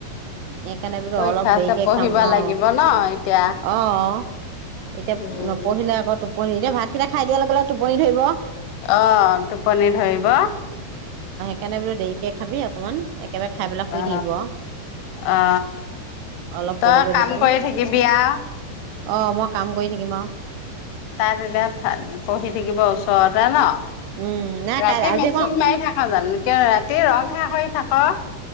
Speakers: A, on the right; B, on the left.
A: সেইকাৰণে বোলো
B: পৰীক্ষা
A: অলপ
B: আছে
A: দেৰিকে
B: পঢ়িব
A: খাম অ
B: লাগিব ন এতিয়া।
A: অ অ এতিয়া
B: উম
A: নপঢ়িলে আকৌ টোপনি, এতিয়া ভাতকেইটা খাই দিয়াৰ লগে, লগে টোপনি ধৰিব।
B: অ, টোপনি ধৰিব।
A: কেনে বলো দেৰিকে খাবি অকমান। একেবাৰে খাই পেলাই শুই
B: অ,
A: থাকিব আৰু
B: অ,
A: অলপ
B: তই
A: পঢ়িব
B: কাম
A: দিছো
B: কৰি থাকিবি আৰু
A: অ', মই কাম কৰি থাকিম আৰু
B: তাত এতিয়া ভ পঢ়ি থাকিব ওচৰতে ন
A: উম নাই
B: ৰাতি
A: কাই আজি
B: মেচিন
A: আকৌ
B: মাৰি থাকা জানো, কিয় ৰাতি ৰং সেই কৰি থাক ক'